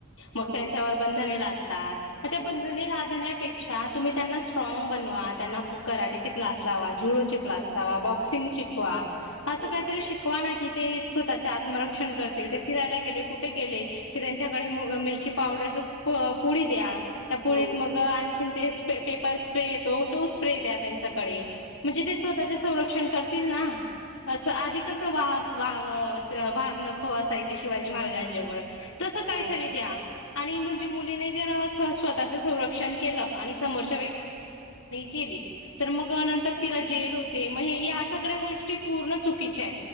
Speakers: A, on the left; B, on the right.
A: मग
B: हो
A: त्यांच्यावर बंधने लादतात म ते
B: हो
A: बंधने लादण्यापेक्षा तुम्ही त्यांना- स्ट्रॉंग बनवा त्यांना कराटेचे
B: हो
A: क्लास लावा जुडोचे- क्लास नावा बॉक्स- <unintelligible> शिकवा अस
B: हो
A: काहीतरी शिकवा ना कि ते स्वतःचे आत्मरक्षण करतील ते फिरायला गेले कुठे गेले- क त्यांच्याकडे मिरची पावडर ळी द्या पुळी
B: हो
A: म
B: हो
A: आणख स्प्रे येतो तो स्प्रे द्या त्यांच्याकडे म्हणजे ते स्वतः संरक्षण करतील ना असं आधी कसं वाह वाग भाग न खो असायचे शिवाजी महाराजां जवळ तस काहीतरी
B: हो
A: द्या आणि म्हण मु स्वतःण के सम ह केली त जेल हो सग्या गोष्टी पूर्ण चुकीच्या